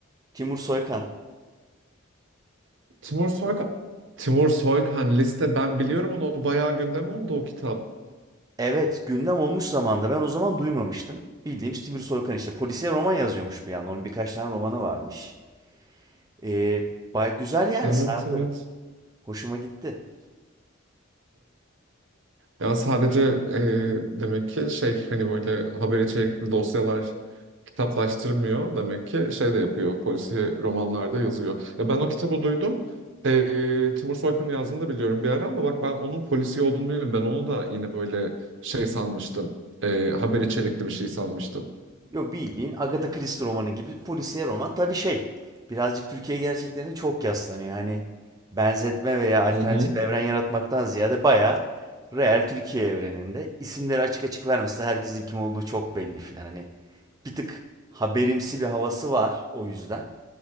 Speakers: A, on the right; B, on the right.
A: Timur Soykan.
B: Timur Soykan. Timur Soykan liste ben biliyorum onu. O Bayağı gündem oldu o kitap.
A: Evet gündem olmuş zamanda ben o zaman duymamıştım. Bildiğimiz Timur Soykan işte. Polisiye roman yazıyormuş bir yandan. Onun birkaç tane romanı varmış. Ee, bay güzel yani
B: Evet
A: sardı.
B: evet.
A: Hoşuma gitti.
B: Ya sadece e, demek ki şey hani böyle haber içerikli dosyalar kitaplaştırmıyor demek ki şey de yapıyor polisiye romanlarda yazıyor. Ya ben o kitabı duydum. E, Timur Soykan'ın yazdığını da biliyorum bir ara ama bak ben onun polisiye olduğunu biliyorum. Ben onu da yine böyle şey sanmıştım. E, haber içerikli bir şey sanmıştım.
A: Yok bildiğin Agatha Christie romanı gibi polisiye roman. Tabii şey birazcık Türkiye gerçeklerine çok yaslanıyor. Hani benzetme veya alternatif
B: Hı hı.
A: bir evren yaratmaktan ziyade bayağı real Türkiye evreninde isimleri açık açık vermesi de herkesin kim olduğu çok belli filan. Hani bir tık haberimsi bir havası var o yüzden.